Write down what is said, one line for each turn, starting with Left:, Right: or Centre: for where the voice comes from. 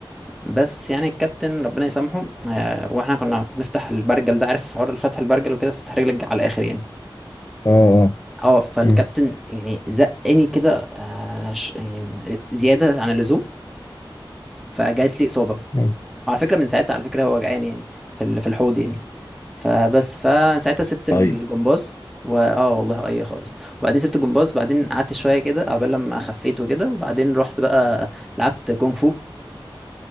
Centre: بس يعني الكابتن ربنا يسامحه آه، واحنا كنا بنفتح البرجل ده عارف حوار فتح البرجل وكده تفتح رجلك على الاخر يعني
Left: اه اه
Centre: اه فالكابتن
Left: مم.
Centre: يعني زقني كده آه، ش- يعني زياده عن اللزوم فجات لي اصابه
Left: مم.
Centre: وعلى فكره من ساعتها على فكره هو وجعان يعني في ال- في الحوض يعني فبس فساعتها سبت الجمباز
Left: اي
Centre: واه والله اي خالص وبعدين سبت الجمباز بعدين قعدت شويه كده قبل لما خفيت وكده وبعدين رحت بقى لعبت كونغ فو